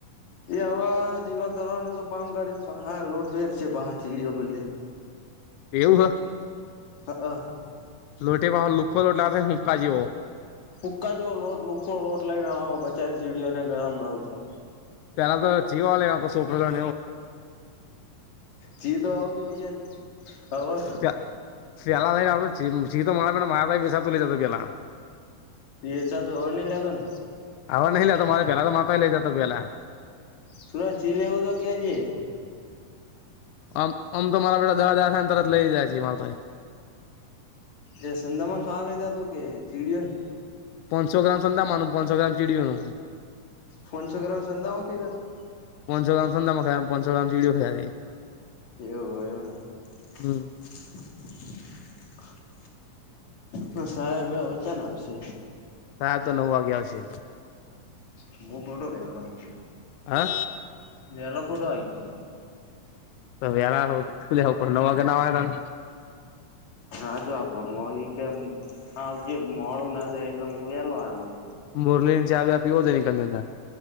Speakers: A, on the left (about 55°); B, on the left (about 75°).
A: એ આવા દીવા કરવાનું તો બધ કરી હા લોટવેર છેા ચીડીઓ બદલે
B: એવું હ
A: હા અ
B: લોટે પા લુખ લોટલા હુંકા જેવો
A: હુક્કા જેવો લોટ લુખો લોટ લઈને આવો બચારી ચીડીઓને ગરમ ના ઉતરા
B: પેલા તો જીવો એ સોપસા
A: જી તો હોવુ જોઈએ હવે
B: <unintelligible> લા લઈ આવ શી તો મા મા બેસાા <unintelligible> લ જ પેલા <unintelligible>
A: વેચાતો તોની હ નહિ લેવાલ
B: આવવા નઈ લેતો મારે પેલા તો માતા લઈ જતો પેલા
A: સુરતચી લેવું તો કે જે
B: આમ આમ તો મારા બેેા <unintelligible> દહ હજાર થ ને તરત લઈ જાય છીએ માર તો
A: એ સંંદમાન ખાવા લઇ જતો કે ચીડીયો ને
B: પંસો ગ્રામ સંતા માનું પંસો ગ્રામ ચીડીઓનું
A: ફોનસો <unintelligible> કર્રઉ સંધા વાખતા <unintelligible>
B: પંસો ગ્રામ સંડામા ખાય આમ પંસો ગ્રામ ચીડઓ ખાય જતી
A: એવું એવડા
B: હમ
A: <inaudible> હા સાહેબે વચન આપશે
B: તા નવ વાગે આવશે
A: હું ખોટો વહલો આવી ગયો
B: હા
A: વહલો ખોટો આવી ગયો
B: તો <unintelligible> વ ખુલ્યા ઉપર ન વાગે નવા તને <inaudible>
A: હાચો આપ મળી કે જે મોળુ ના થાય એટલે હું વેલો આવે વડી
B: મુરલીને ચા વ્યા પીવો છો <unintelligible>